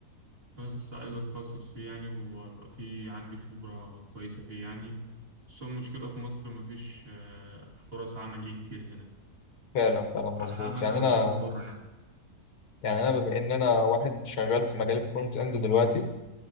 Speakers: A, on the right; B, on the left.
A: بس عايز اتخصص فيه يعني وابقى فيه عندي خبره كويسه فيه يعني بس هو المشكله في مصر مفيش آه، فرص عمل ليه كتير هنا
B: فعلا فعلا مظبوط
A: حابب ان
B: يعني
A: انا
B: انا
A: اسافر بره يعني
B: يعني انا بما ان انا واحد شغال في مجال الفرونت اند دلوقتي